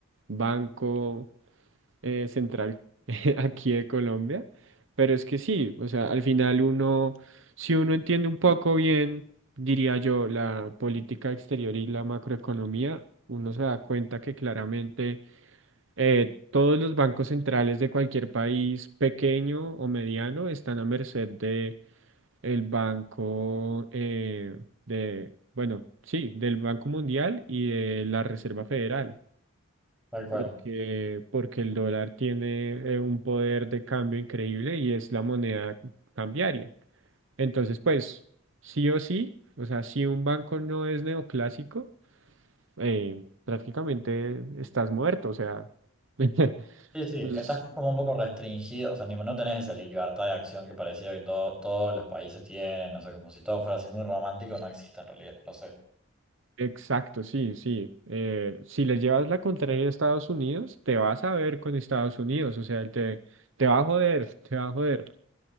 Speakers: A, on the right; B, in the centre.
A: Banco eh, Central <laughs> aquí de Colombia, pero es que sí, o sea, al final uno, si uno entiende un poco bien, diría yo, la política exterior y la macroeconomía, uno se da cuenta que claramente eh, todos los bancos centrales de cualquier país pequeño o mediano están a merced de el banco eh, de, bueno, sí, del Banco Mundial y de la Reserva Federal,
B: Tal cual.
A: porque, porque el dólar tiene eh, un poder de cambio increíble y es la moneda cambiaria. Entonces, pues, sí o sí, o sea, si un banco no es neoclásico, eh, prácticamente estás muerto, o sea. <laughs>
B: Sí, sí,
A: Entonces,
B: estás como un poco restringido, o sea, ni- no tenés esa libertad de acción que parecía que todo- todos los países tienen, o sea, como si todo fuera así muy romántico, no existe en realidad, lo sé.
A: Exacto, sí, sí. Eh, si le llevas la contraria a Estados Unidos, te vas a ver con Estados Unidos, o sea, él te, te va a joder, te va a joder.